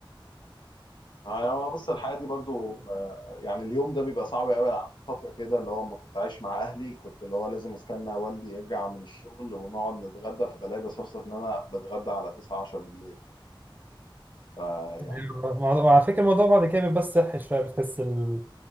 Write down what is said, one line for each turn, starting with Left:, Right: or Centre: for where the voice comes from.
Left: يعني هو بص الحياة دي برضو آه، يعني اليوم ده بيبقى صعب قوي انا قعدت فترة كده اللي هو لما كنت عايش مع اهلي كنت اللي هو لازم استنى والدي يرجع من الشغل ونقعد نتغدى فبلاقي بصفصف ان انا بتغدى على 9 10 بالليل فيعني
Right: أيوة. وعلى فكرة الموضوع بعد كده بيبقى بس صحي شوية بتحس ال...